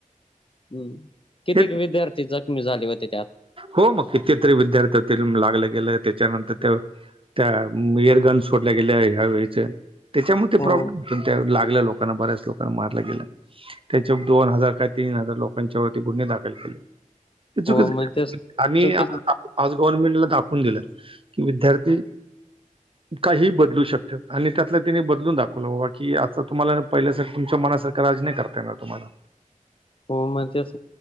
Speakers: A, on the left; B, on the right.
A: हम्. कित्येक
B: हे
A: विद्यार्थी जखमी झाले होते त्यात
B: हो मग कितीतरी विद्यार्थी होतील लागलं गेलं त्याच्यानंतर ते. त्या इयरगन सोडल्या गेल्या ह्यावेळीच त्याच्यामध्ये ते
A: हो
B: प्रॉब्लेम होत त्या लागल्या लोक. आणि बऱ्याच लोकांना मारलं गेला त्याच्या दोन हजार का तीन हजार लोकांच्या गुनहे दाखल केले हे चुकीचं
A: हो
B: केलं
A: मग तेच
B: आणि
A: चुकीच
B: त्ता आज गव्हर्नमेंटला दाखवून दिलं की विद्यार्थी. काही बदलू शकतात आणि त्यातला तिने बदलून दाखवलं बाबा की आता तुम्हाला पहिल्यासारखं तुमच्या मनासारखं राज नाही करत. त्यांना तुम्हाला.
A: हो मज अस.